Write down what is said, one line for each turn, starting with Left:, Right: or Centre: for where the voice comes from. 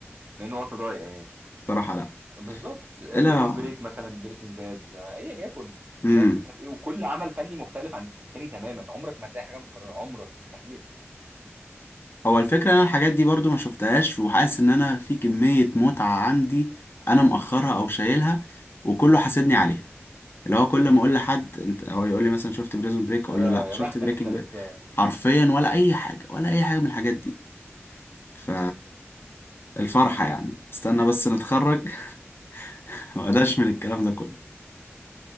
Right: من وقت ضايع يعني
Left: الصراحة لا
Right: بالظبط بريزون
Left: لا
Right: بريك مثلا بريكنج باد ايا يكن يعني
Left: امم
Right: فاهم الفكره في ايه وكل عمل فني مختلف عن التاني تماما عمرك ما هتلاقي حاجه متكرره عمرك مستحيل
Left: هو الفكرة ان انا الحاجات دي برضو ما شفتهاش وحاسس ان انا في كمية متعة عندي انا مأخرها او شايلها وكله حاسدني عليها اللي هو كل ما اقول لحد انت هو يقول لي مثلا شفت بريزون بريك
Right: اه
Left: اقول له لا
Right: يا
Left: شفت
Right: بختك
Left: بريكنج
Right: انت لسه
Left: باد حرفيا ولا اي حاجة ولا اي حاجة من الحاجات دي ف الفرحة يعني استنى بس نتخرج <laughs> واداش من الكلام ده كله